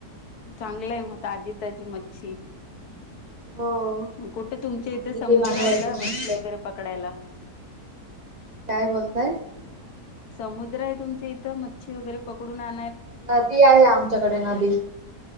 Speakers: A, on the left; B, on the right.
A: चांगलंय मग ताजी- ताजी मच्छी.
B: हो
A: मग कुठे तुमच्या
B: आणि
A: इथे समुद्र
B: ते बनवायचं
A: आहे का मच्छी
B: मस्त
A: वगैरे पकडायला?
B: काय बोलताय?
A: समुद्र आहे तुमच्या इथं मच्छी वगैरे पकडून आ
B: नदी आहे आमच्याकडे नदी.